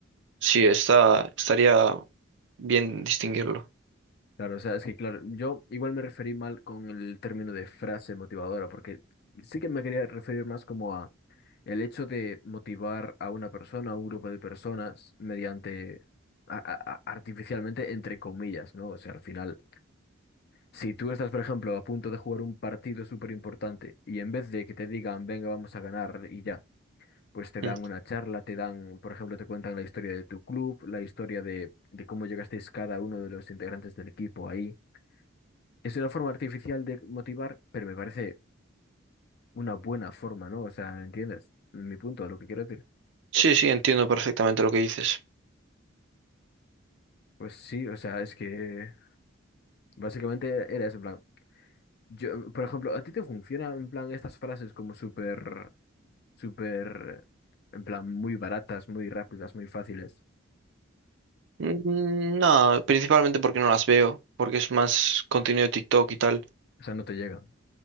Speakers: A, on the right; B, on the left.
A: sí, está, estaría bien distinguirlo.
B: Claro, o sea, es que claro, yo igual me referí mal con el término de frase motivadora, porque sí que me quería referir más como a el hecho de motivar a una persona, a un grupo de personas, mediante a- a- a- artificialmente, entre comillas, ¿no? O sea, al final, si tú estás, por ejemplo, a punto de jugar un partido súper importante y en vez de que te digan, venga, vamos a ganar y ya, pues te dan
A: Mm.
B: una charla, te dan, por ejemplo, te cuentan la historia de tu club, la historia de, de cómo llegasteis cada uno de los integrantes del equipo ahí. Es una forma artificial de motivar, pero me parece una buena forma, ¿no? O sea, ¿entiendes? Mi punto, lo que quiero decir.
A: Sí, sí, entiendo perfectamente lo que dices.
B: Pues sí, o sea, es que básicamente era eso, en plan. Yo, por ejemplo, ¿a ti te funciona en plan estas frases como súper, súper, en plan, muy baratas, muy rápidas, muy fáciles?
A: Mm, No, principalmente porque no las veo, porque es más contenido de TikTok y tal.
B: O sea, no te llegan.